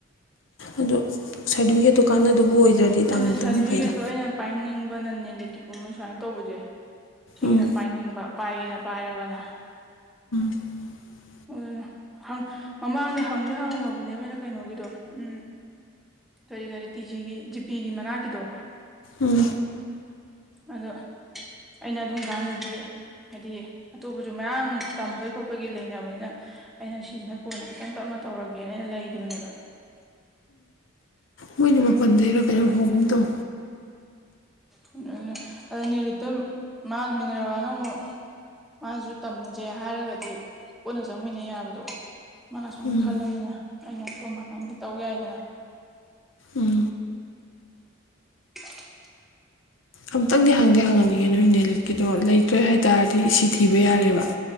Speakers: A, on the left; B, in the centre.
A: ꯑꯗꯣ ꯁꯥꯔꯇꯤꯐꯤꯀꯦꯠꯇꯣ ꯀꯥꯟꯅꯗꯕ ꯑꯣꯏꯗ꯭ꯔꯗꯤ
B: ꯑꯗꯨꯅ
A: ꯇꯝꯗꯕꯅ
B: ꯁꯥꯔꯇꯤꯐꯤꯀꯦꯠꯇꯣ
A: ꯐꯩꯗ
B: ꯑꯩꯅ ꯄꯥꯏꯅꯤꯡꯕꯅ ꯅꯦꯜꯂꯤꯛꯀꯤꯛꯀꯨꯝꯕ ꯁꯨꯃꯥꯏꯅ ꯇꯧꯕꯁꯦ꯫ ꯁꯤꯒꯤꯅ
A: ꯎꯝ
B: ꯄꯥꯏꯅꯤꯡꯕ ꯄꯥꯏꯒꯦꯅ ꯄꯥꯏꯔꯒꯅ꯫
A: <inaudible>
B: ꯍꯣꯏꯅꯦ ꯍꯡ ꯃꯃꯥꯡꯗꯤ ꯍꯪꯗꯤ ꯍꯪꯉꯝꯃꯕꯅꯦꯕꯅ ꯀꯩꯅꯣꯒꯤꯗꯣ ꯎꯝ ꯀꯔꯤ ꯀꯔꯤ ꯇꯤꯖꯤꯒꯤ ꯖꯤꯄꯤꯒꯤ ꯃꯅꯥꯛꯀꯤꯗꯣ꯫
A: ꯎꯝ
B: ꯑꯗꯣ ꯑꯩꯅ ꯑꯗꯨꯝ ꯀꯥꯟꯗꯗꯤ ꯍꯥꯏꯗꯤ ꯑꯇꯣꯞꯄꯁꯨ ꯃꯌꯥꯝ ꯇꯝꯕꯒꯤ ꯈꯣꯠꯄꯒꯤ ꯂꯩꯅꯕꯅꯤꯅ ꯑꯩꯅ ꯁꯤꯁꯤꯅ ꯀꯣꯟꯅ ꯈꯤꯇꯪ ꯇꯞꯅ ꯇꯧꯔꯒꯦꯅ ꯑꯩꯅ ꯂꯩꯒꯤꯕꯅꯦꯕ꯫
A: ꯃꯣꯏꯅ ꯃꯄꯟꯗꯩꯔ ꯀꯩꯅꯣꯝ ꯍꯧꯒꯨꯝ ꯇꯧ
B: ꯑꯗꯨꯅꯦ ꯑꯗꯨ ꯅꯦꯔꯤꯠꯇꯝ ꯃꯥꯡ ꯃꯤꯟꯅꯔꯕꯅ ꯑꯃꯨꯛ ꯃꯥꯖꯨ ꯇꯝꯖꯦ ꯍꯥꯏꯔꯒꯗꯤ ꯄꯨꯟꯅ ꯆꯪꯃꯤꯟꯅ ꯌꯥꯕꯗꯣ ꯃꯥꯅꯥ ꯁꯣꯝꯒꯤ
A: ꯎꯝ
B: ꯈꯜꯂꯃꯤꯅ ꯑꯩꯅ ꯁꯣꯝ ꯅꯥꯀꯟꯒꯤ ꯇꯧ ꯌꯥꯏꯗꯅ꯫
A: ꯎꯝ
B: <unintelligible>
A: ꯑꯝꯛꯇꯪꯗꯤ ꯍꯪꯗꯤ ꯍꯪꯍꯟꯒꯤꯒꯦ ꯅꯣꯏ ꯅꯦꯂꯤꯠꯀꯤꯗꯣ ꯂꯩꯇ꯭ꯔꯦ ꯍꯥꯏ ꯇꯥꯔꯗꯤ ꯁꯤ ꯊꯤꯕ ꯌꯥꯔꯦꯕ꯫